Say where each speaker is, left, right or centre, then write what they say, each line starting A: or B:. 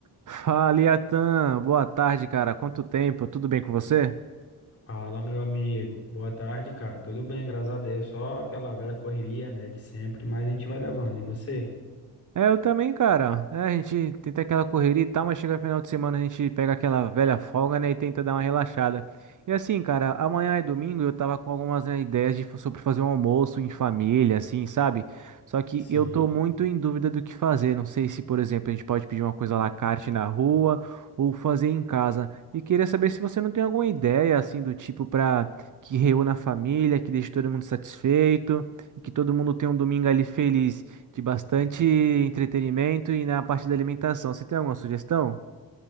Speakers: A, on the right; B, on the left.
A: Fala, Iatan. Boa tarde, cara. Quanto tempo? Tudo bem com você?
B: Fala, meu amigo. Boa tarde, cara. Tudo bem, graças a Deus. Só aquela velha correria, né, de sempre, mas a gente vai levando. E você?
A: É, eu também, cara. É, a gente tenta aquela correria e tal, mas chega final de semana a gente pega aquela velha folga, né, e tenta dar uma relaxada. E assim, cara, amanhã é domingo, eu tava com algumas, né, ideias de, sobre fazer um almoço em família, assim, sabe? Só que
B: Sim.
A: eu tô muito em dúvida do que fazer. Não sei se, por exemplo, a gente pode pedir uma coisa à la carte na rua ou fazer em casa. E queria saber se você não tem alguma ideia, assim, do tipo pra que reúna a família, que deixe todo mundo satisfeito e que todo mundo tenha um domingo ali feliz de bastante entretenimento e na parte da alimentação. Você tem alguma sugestão?